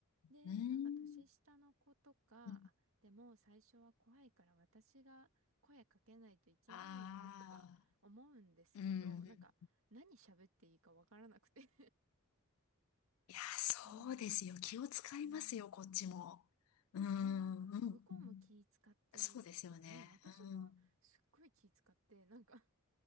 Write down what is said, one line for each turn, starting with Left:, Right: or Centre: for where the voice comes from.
Right: で、
Left: うん。うん
Right: なんか年下の子とか、
Left: うん
Right: あ、でも最初は怖いから私が声かけないといけないよなとか思うんですけど、
Left: ああ、うん。
Right: なんか何喋っていいかわからなくて
Left: いや、
Right: <laughs>
Left: そうですよ。
Right: うーん。
Left: 気を使いますよ、
Right: うーん
Left: こっちも。うん、
Right: ね、なんか、
Left: うん。
Right: 向こうも気使ってるんでしょうけど、
Left: そうですよね。
Right: なんか私もすっごい気使って、
Left: うん。
Right: なんか、